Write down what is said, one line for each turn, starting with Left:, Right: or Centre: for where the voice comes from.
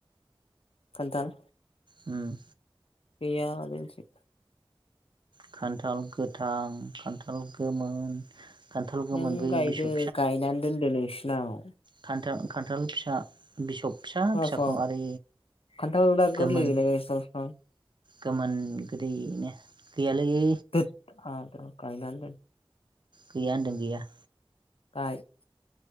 Left: खान्थाल?
Right: उम
Left: गैया जोंथिं।
Right: खान्थाल गोथां खान्थाल गोमोन। खान्थाल गोमोन
Left: नों
Right: बै
Left: गायदो
Right: बिसब
Left: गायनानै दोनदो नोंसिनाव।
Right: खान्थाल-खान्थाल फिसा बिसब फिसा
Left: खोनासं
Right: फिसाखौ आरो
Left: खान्थाल दा
Right: गोमोन
Left: गोरलै गायनाय बिफां बिफां
Right: गोमोन गोदैनो। गैयालायै
Left: <unintelligible>
Right: गैया होनदों गैया।
Left: गाय।